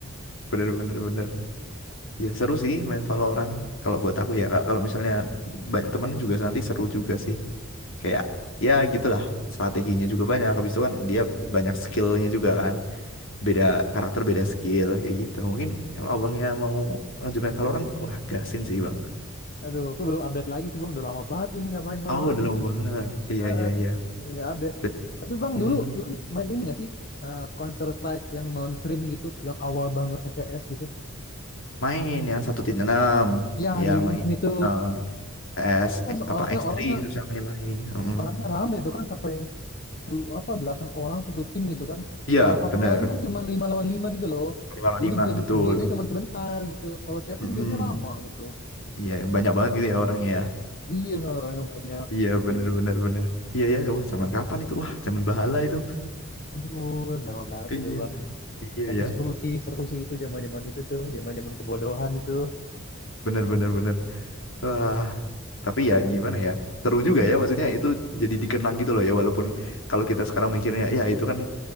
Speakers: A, on the left (about 65°); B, on the left (about 45°).
A: Bener bener bener. Ya seru sih main Valorant. Kalau buat aku ya Kak. kalau misalnya banyak temennya juga nanti seru juga sih. Kayak ya gitulah strateginya juga banyak. Habis itu kan dia banyak skillnya juga kan. beda karakter beda skill kayak gitu mungkin kalau abangnya mau lanjutkan Valorant wah gasin sih bang
B: Aduh, aku belum update lagi sih bang, udah lama banget ini nggak main Valorant
A: oh udah lama banget iya
B: Heeh,
A: iya iya
B: paling nggak update.
A: Bet-
B: Tapi bang
A: hmm,
B: dulu dulu main ini nggak sih Eh, Counter Strike yang non stream gitu, yang awal banget CS gitu.
A: main yang satu titik enam
B: Ya
A: iya
B: dari
A: main
B: enam itu
A: eh S
B: itu kan
A: eh, apa
B: orangnya
A: X3
B: orangnya
A: itu sama yang lain Mm-mm.
B: orangnya rame tuh kan sampai puluh apa belasan orang satu tim gitu kan.
A: iya
B: Kalau Valorant
A: bener
B: kan cuma lima lawan lima gitu loh.
A: lima nol
B: Jadi
A: lima
B: game
A: betul
B: gamenya cuma sebentar gitu. Kalau CS
A: Mm-mm.
B: kan gamenya lama gitu.
A: iya banyak banget gitu ya orangnya ya <laughs>
B: Iya, soalnya orangnya banyak.
A: Iya bener bener bener Iya ya Wah zaman kapan itu Wah zaman bahala itu
B: Aduh, lama banget
A: Iya
B: itu bang.
A: Iya
B: Tapi
A: ya
B: seru sih, seru sih itu zaman-zaman itu tuh, zaman-zaman kebodohan itu,
A: Bener bener bener Wah Tapi
B: kayak
A: ya gimana
B: game
A: ya, seru juga ya maksudnya itu jadi dikenang gitu loh ya walaupun kalau kita sekarang mikirnya ya itu kan